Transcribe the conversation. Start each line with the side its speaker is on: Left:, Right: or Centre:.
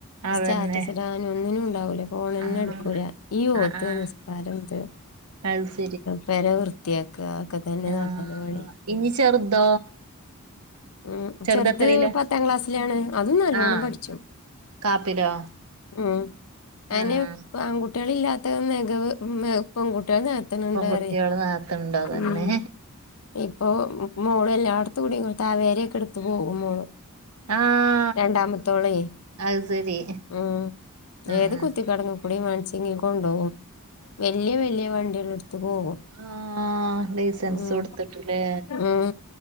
Right: അതന്നെ
Left: സ്റ്റാറ്റസ് ഇടാൻ ഒന്നിനും ഉണ്ടാവൂല ഫോണന്നെ
Right: ആഹ്
Left: ഇടുക്കൂല ഈ ഓത്ത്
Right: ആഹ് ആഹ്
Left: നിസ്കാരം ഇത്.
Right: <unintelligible>
Left: പെര വൃത്തിയാക്ക ഒക്കെ തന്നെ
Right: ആഹ്
Left: ത്താ താന്റെ പണി.
Right: ഇനി ചെറുതോ?
Left: ഉം
Right: ചെറുതെത്രയിലാ
Left: ചെറുത് പത്താം ക്ലാസ്സിലാണ് അതും നല്ലോണ്ണം
Right: ആഹ്
Left: പഠിച്ചും
Right: കാപ്പിലോ?
Left: ഉം അയിന്
Right: ആഹ്
Left: ആൺകുട്ടികൾ ഇല്ലാത്ത നികവ് പെൺകുട്ടികൾ നിക ത്ത്ണ്ണ്ട്‌
Right: പെൺകുട്ടികള്
Left: പറയ
Right: നാത്തുണ്ടോ തന്നെ
Left: ഉം ഇപ്പൊ. മോള് എല്ലായിടത്തു കൂടി താവേരൊക്കെ എടുത്ത് പോകും മോളു.
Right: ആഹ്
Left: രണ്ടാമത്തോളെയ്
Right: അത് ശരി
Left: ഉം
Right: ഉം
Left: ഏത്
Right: ഉം
Left: കുത്തി കെ ടങ്ങും. എവടി മാണച്ചെങ്കിൽ കൊണ്ടുപോകും വലിയ വല്യ വണ്ടികളെ എടുത്ത് പോകും.
Right: ആഹ് ലൈസൻസ്
Left: ഉം
Right: കൊടുത്തിട്ടില്ലേ
Left: ഉം